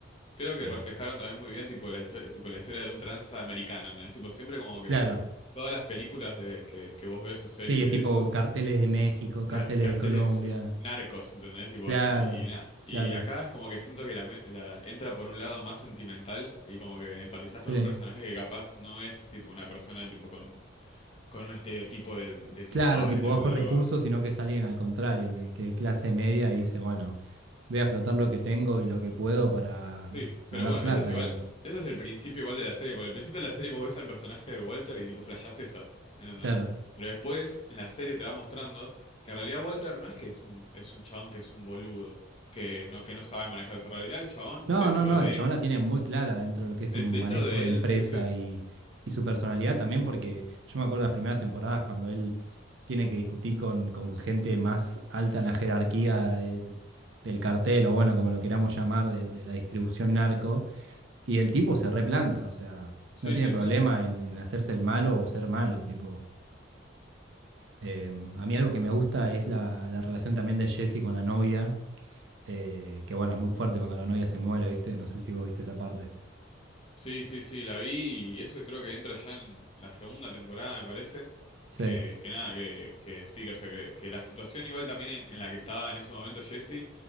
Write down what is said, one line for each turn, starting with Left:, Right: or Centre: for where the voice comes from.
Left: Creo que
Right: eh,
Left: reflejaron también muy bien tipo la historia, tipo la historia de un tranza americano, ¿entendés? Tipo, siempre como que
Right: claro.
Left: todas las películas de que, que vos ves o series
Right: Sí, es
Left: de
Right: tipo
Left: eso,
Right: carteles de México, carteles
Left: ca- carteles,
Right: de Colombia.
Left: sí, narcos, ¿entendés? Tipo
Right: Claro,
Left: así, y na- y
Right: claro.
Left: acá es como que siento que la, me- la- entra por un lado más sentimental y como que empatizás
Right: Sí.
Left: con un personaje que capaz no es tipo una persona tipo con, con un estereotipo de, de tipo
Right: Claro,
Left: A, vendedor
Right: tipo bajos
Left: de droga.
Right: recursos, sino que salen al contrario, que, que es clase media y dice, bueno. voy a explotar lo que tengo y lo que puedo para
Left: Sí, pero
Right: ganar
Left: bueno,
Right: plata,
Left: eso es igual,
Right: digamos.
Left: eso es el principio igual de la serie, porque al principio de la serie vos ves al personaje de Walter y tipo flashás esa, ¿entendés?
Right: Claro.
Left: Pero después en la serie te va mostrando que en realidad Walter no es que es un, es un chabón que es un boludo, que no, que no sabe manejar esa realidad el chabón
Right: No,
Left: dentro
Right: no, no,
Left: de
Right: el chabón
Left: él,
Right: la tiene muy clara dentro de lo que es
Left: eh,
Right: un
Left: dentro
Right: manejo
Left: de
Right: de empresa
Left: él, sí, sí,
Right: y, y su personalidad también, porque yo me acuerdo las primeras temporadas cuando él tiene que discutir con, con gente más alta en la jerarquía de- del cartel, o bueno, como lo queramos llamar, de, de la distribución narco, y el tipo se replanta, o sea,
Left: sí,
Right: no tiene
Left: sí,
Right: problema
Left: sí,
Right: en, en hacerse el malo o ser malo, tipo, Eh, a mí algo que me gusta es la, la relación también de Jesse con la novia, eh, que bueno, es muy fuerte cuando la novia se muere, ¿viste? No sé si vos viste esa parte.
Left: Sí, sí, sí, la vi y eso creo que entra ya en la segunda temporada, me parece.
Right: Sí,
Left: Que, que nada, que, que sí, que, o sea, que, que la situación igual también en, en la que estaba en ese momento Jesse